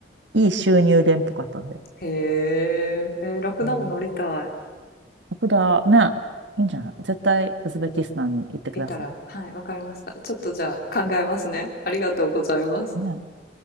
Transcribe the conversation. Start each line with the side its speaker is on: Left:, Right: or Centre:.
Right: いい収入源っぽかったんで。
Left: <laughs> へえ、えーラクダも乗りたい。
Right: うん。だ。ね。いいんじゃない絶対、ウズベキスタンに行ってください。
Left: いたら、はい、わかりました。ちょっとじゃあ考えますね。
Right: うん
Left: ありがとうございます。
Right: ね。